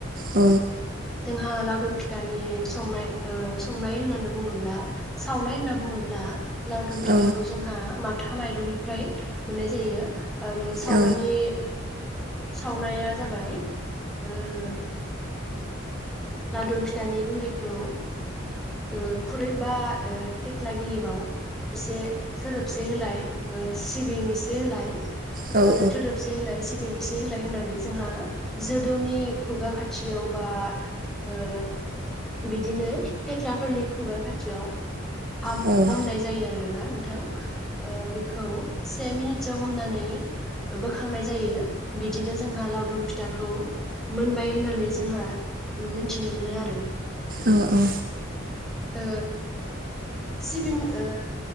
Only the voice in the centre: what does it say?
जोंहा लावदुम फिथानि संनाय ओ संनाय होननानै बुङोब्ला सावनाय होनना बुङोब्ला लावदुम फिथाइखौ
जोंहा माथ था माइरंनिफ्राय मोननाय जायो। आरो सावनानै
सावनाया जाबाय ओ! लावदुम फिथानि गुन्दैखौ ओ खुरै बा ओ थेथ्ला गिलिबाव एसे सोरोबसे होलाय ओ सिबिं एसे होलाय
आरो थोदोबसे होलाय सिबिं इस से होलाय होनानै जोंहा जोदौनि खुगा खाथियाव बा ओ बिदिनो थेथ्लाफोरनि खुगा खाथियाव हाम
हमनाय जायो आरोना नों थां ओ बेखौ से मिनिटसो हमनानै बोखांनाय जायो बिदिनो जोंहा लावदुम फिथाखौ मोनबाय होननानै जोंहा उम मोन्थिनो मोनो आरो।
ओ सिबिं ओ